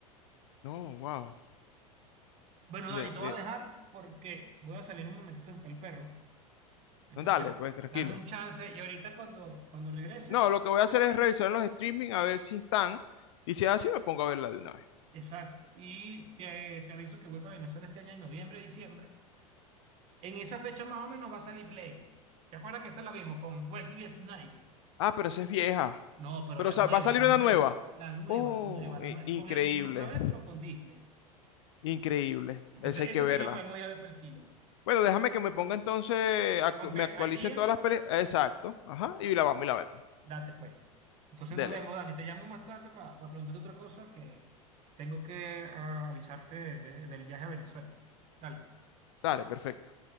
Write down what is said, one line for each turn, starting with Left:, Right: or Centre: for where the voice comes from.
Left: No, wow.
Right: Bueno,
Left: De-
Right: Dani, te voy
Left: de-
Right: a dejar porque voy a salir un momentito con el perro. Entonces,
Left: no, dale, pues tranquilo.
Right: dame un chance y ahorita cuando, cuando regrese,
Left: No, lo que voy a hacer es revisar los streaming a ver si están. Y si es así, me pongo a verla de una vez.
Right: exacto. Y te, te aviso que voy para Venezuela este año en noviembre, diciembre. En esa fecha más o menos va a salir Blade. ¿Te acuerdas que esa la vimos con Wesley Snipes?
Left: Ah, pero esa es vieja.
Right: No, pero
Left: Pero
Right: la
Left: sa-
Right: nueva,
Left: va a salir
Right: la
Left: una
Right: nueva,
Left: nueva.
Right: la nueva,
Left: Oh,
Right: la nueva, la
Left: i-
Right: nueva.
Left: increíble.
Right: Con el mismo otra vez, pero con Disney.
Left: Increíble.
Right: Entonces,
Left: Esa hay
Right: esa
Left: que verla.
Right: sí la podemos ir a ver para el cine.
Left: Bueno, déjame que me ponga entonces, actu-
Right: Ponte
Left: me actualicen
Right: al día,
Left: todas las películas. Exacto. Ajá. Y la vamos y la vemos.
Right: date pues. Entonces
Left: Dale,
Right: nos vemos,
Left: pues.
Right: Dani. Te llamo más tarde para preguntarte otra cosa que tengo que ah, avisarte de- de- del viaje a Venezuela. Dale.
Left: dale, perfecto.